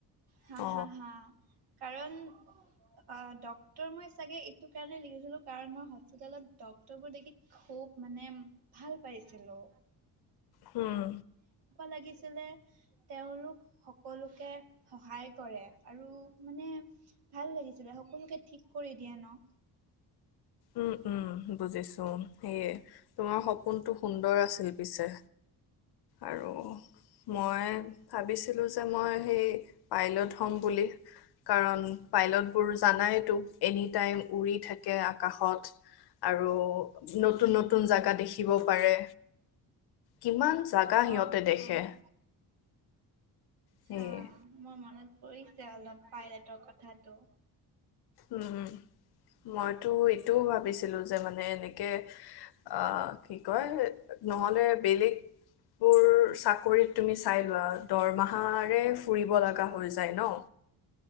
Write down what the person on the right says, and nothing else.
হা
হা হা কাৰণ অ ডক্টৰ মই চাগে এইটো কাৰণে লিখিছিলো কাৰণ মই হস্পিতালত ড্ক্তৰবোৰ দেখি খুব মানে ভাল পাইছিলো।
লাগিছিলে তেওঁলোক সকলোকে সহায় কৰে আৰু মানে ভাল লাগিছিলে। সকলোকে ঠিক কৰি দিয়ে ন।
অ',
অ'।
হা মই মনত কৰিছে অলপ পাইলেটৰ কথাটো।